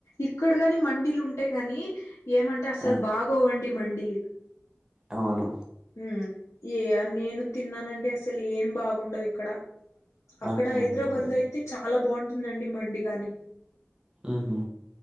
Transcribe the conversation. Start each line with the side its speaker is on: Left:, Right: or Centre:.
Left: ఇక్కడ కాని మండీలు ఉంటాయి గాని ఏమంటే అసలు
Right: ఆ
Left: బాగోవండి మండి.
Right: అవును.
Left: ఉమ్ నేను తిన్నాను అండి అసలు ఏం బాగుండవు ఇక్కడ. అక్కడ
Right: ఆహా
Left: హైదరాబాద్
Right: అవునా
Left: లో అయితే చాలా బాగుంటుందండి మండి గాని.
Right: ఉహు.